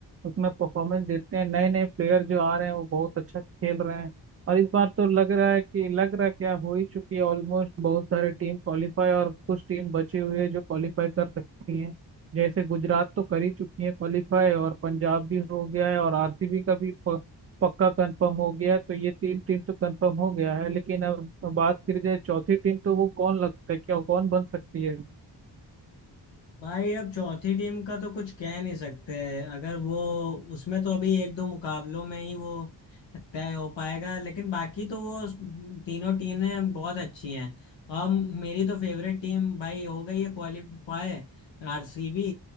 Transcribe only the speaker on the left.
भाई अब चौथी टीम का तो कुछ कह नहीं सकते अगर वो उसमें तो अभी एक दो मुकाबलों में ही वो तय हो पाएगा लेकिन बाकी तो वो तीनों टीमें बहुत अच्छी हैं और मेरी तो फेवरेट टीम भाई हो गई है क्वालिफाई आरसीबी